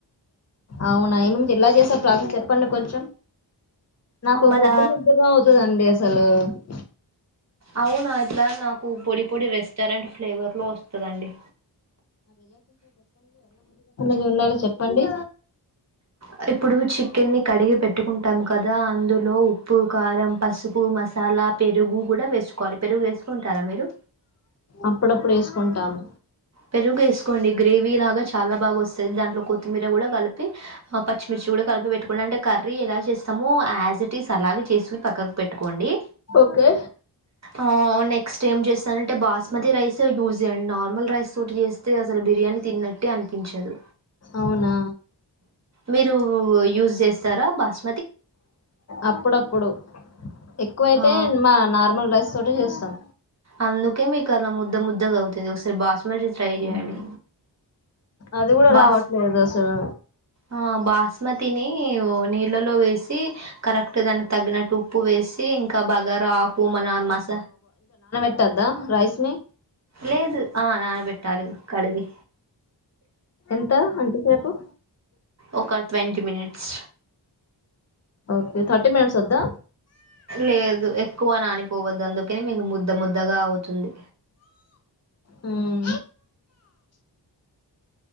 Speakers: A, on the left; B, on the right.
A: అవునా ఏముం ఎలా చేసారు ప్రాసెస్ చెప్పండి కొంచెం నాకు
B: మన
A: ముద్దముద్దగా అవుతదండి అసలు. <unintelligible>
B: అవునా ఇలా నాకు పొడి పొడి రెస్టారెంట్ ఫ్లేవర్లో వస్తదండి.
A: ది ఉండాలొ చెప్పండి.
B: అర్ ఇప్పుడు చికెన్ని కడిగి పెట్టుకుంటాము కదా, అందులో ఉప్పు, కారం, పసుపు, మసాలా, పెరుగు కూడా వేస్కోవాలి పెరుగు వేసుకుంటారా మీరు
A: అప్పుడప్పుడు ఏసుకుంటాము.
B: పెరుగు ఏసుకోండి గ్రేవీ లాగా చాలా బాగా వస్ సద్ దాంట్లో కొత్తిమీర కూడా కలిపి అపచ్చిమిర్చి కూడా కలిపి పెట్టుకోండి, అంటే కర్రీ ఎలా చేస్తామో యాజిటిజ్ అలాగె చేసు పక్కకు పెట్టుకోండి.
A: ఓకే
B: ఔ నెక్స్ట్ ఏం జేస్తారంటే బాస్మతి రైసు యూజ్ చేయ్యండ్ నార్మల్ సూట్ చేస్తే అసలు బిర్యానీ తిన్నట్టె అనిపించదు,
A: అవునా
B: మీరు యుజ్ జె సరా బాస్
A: అప్పుడప్పుడు ఎక్కువైతే
B: ఆ
A: మా నార్మల్ రస్ చోటు చేస్సాం.
B: అందుకే మీకలా ముద్ద ముద్దగా అవుతది. ఒకసారి బాస్మతి ట్రై చేయండి,
A: అది కూడా
B: బాస్
A: రావట్లేదు అసలు
B: ఆ బాస్మ తిని ఒ నీళ్ళలో వేసి కరెక్ట్ దానికి తగి ఉప్పు వేసి ఇంకా బగారా ఆకు మన మస
A: ట్టద్దా రైస్ని
B: లేదు ఆ నానబెట్టాలి కడిగి
A: ఎంతా ఎంతసేపు.
B: ఒక twenty minutes.
A: Okay thirty minutes వద్దా
B: లేదు ఎ క్కువా నాని పోవద్దు. అందుకనే మీకు ముద్ద ముద్దగా అవుతుంది.
A: మ్మ్.